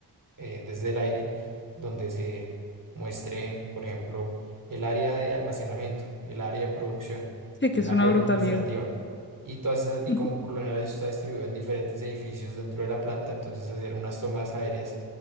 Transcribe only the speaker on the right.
eh, desde el aire donde se muestre, por ejemplo, el área de almacenamiento, el área de producción,
el
área
administrativa. Y todas esas, y
como por lo general eso está distribuido en diferentes edificios dentro de la planta, entonces hacer unas tomas aéreas